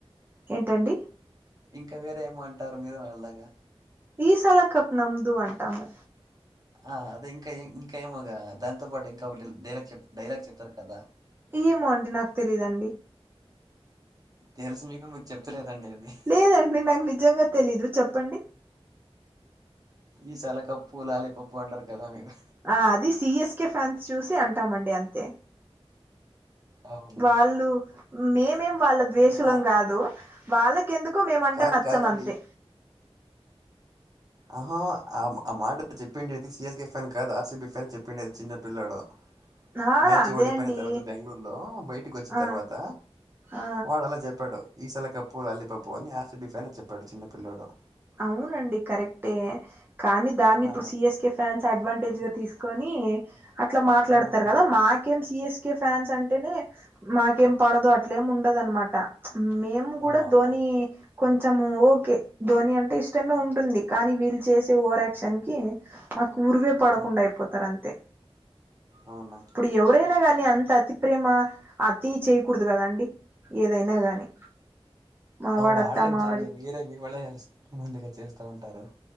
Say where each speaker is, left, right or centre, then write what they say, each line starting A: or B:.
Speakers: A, on the right; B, on the right.
A: ఏంటండి.
B: ఇంకా వేరే ఏమంటారు మీరు వాళ్లాగా.
A: ఈ సల కప్ నమ్దు అంటాము.
B: ఆ అదే ఇంకా ఇంకా ఏమోగా దానితో పాటు ఇంకా ఒకటి డైలాగ్ చెప్ డైలాగ్ చెప్తారు కదా.
A: ఏమో అండి నాకు తెలీదండి.
B: తెలుసు మీకు మీద్ చెప్తలేదండి అది.
A: లేదండి నాకు నిజంగా తెలీదు చెప్పండి.
B: ఈశాల కప్పు లాలీపప్పు అంటారు కదా మీరు.
A: ఆ అది సిఎస్కే ఫ్యాన్స్ చూసి అంటామండి అంతే.
B: అవును
A: వాళ్ళు మేమేం వాళ్ళ ద్వేషలం
B: ఆ
A: కాదు వాళ్ళకేందుక్. కు మేమంటే
B: కాదు
A: నచ్చమ్
B: కాదండి
A: అంతే.
B: ఆహా ఆ ఆ మాట చెప్పిండేది సిఎస్కే ఫ్యాన్ కాదు ఆర్సిబి ఫ్యాన్ చెప్పిండేది చిన్న పిల్లడు
A: ఆ
B: మ్యాచ్
A: అదే
B: ఓడిపోయిన
A: అండి
B: తర్వాత బెంగళూరులో బయటకి వచ్చిన
A: ఆ
B: తర్వాత,
A: ఆ
B: వాడు అలా చెప్పాడు ఈసల కప్పు లాల్లిపప్పు అని ఆర్సబి ఫ్యానే చెప్పాడు చిన్న పిల్ల్లోడు.
A: అవునండి కరెక్టే కాని దాన్ని ఇప్పుడు
B: ఆహా!
A: సిఎస్కె, ఫాన్స్ అడ్వాంటేజ్ గా తీసుకొని అట్లా మాట్లాడతారు
B: ఆహా!
A: కదా మాకేం సీఎస్కె కే ఫ్యాన్స్ అంటేనే మాకేం పడదు అట్లేమి ఉండదు అనమాట, మేము గూడ
B: ఆహా! అవునా!
A: ధోని కొంచెము ఓకే ధోని అంటే టే ఇష్టమే ఉంటుంది కానీ వీళ్ళు చేసే ఓవర్ యాక్షన్ కి, మాకు ఉరువే పడకుండ
B: ఆ!
A: అయిపోతారు అంతే,
B: అవునా
A: ఇప్పుడు ఎవరైనా నీ అంత అతి ప్రేమ అతి చేయకూడదు కదా అండి. ఏదైనా గాని, మావాడట్టా
B: వాళ్ళేం
A: మావాడి
B: చేయండి మీరే మీ వాళ్ళే ముందుగా వచ్చేస్తా ఉంటారు.